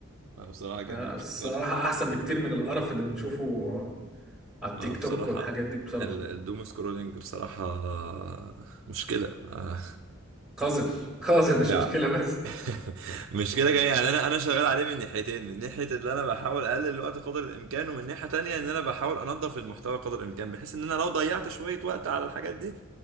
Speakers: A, on the right (about 65°); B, in the centre.
A: ما بصراحة جميل
B: آه، الصراحه
A: برضو
B: احسن بكتير من القرف اللي بنشوفه آه، على
A: ما
B: التيك
A: بصراحة
B: توك والحاجات دي بصراحه
A: ال- الدوم سكرولينج بصراحة آه، مشكلة آه،
B: قذر <laughs> قذر
A: <laughs>
B: مش
A: يعني
B: مشكله بس
A: <laughs> مش كده كمان يعني انا انا شغال عليه من ناحيتين من ناحيه اللي انا بحاول اقلل الوقت قدر الامكان ومن ناحيه تانية ان انا بحاول انظف المحتوى قدر الامكان بحيث ان انا لو ضيعت شويه وقت على الحاجات دي